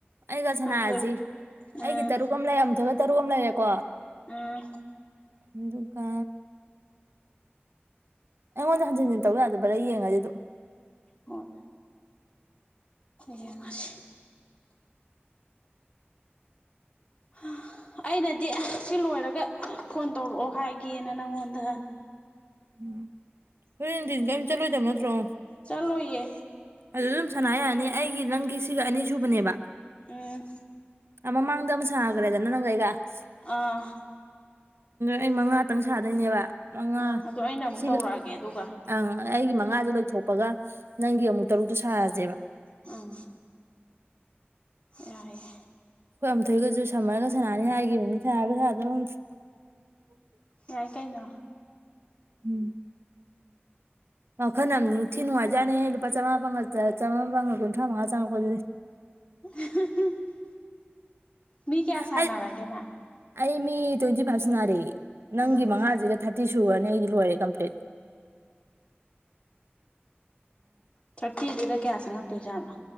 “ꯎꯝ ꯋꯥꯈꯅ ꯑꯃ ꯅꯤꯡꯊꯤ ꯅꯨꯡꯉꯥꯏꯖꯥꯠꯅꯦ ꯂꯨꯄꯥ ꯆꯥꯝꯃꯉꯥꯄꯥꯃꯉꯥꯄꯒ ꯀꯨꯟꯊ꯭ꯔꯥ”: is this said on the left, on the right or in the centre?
Right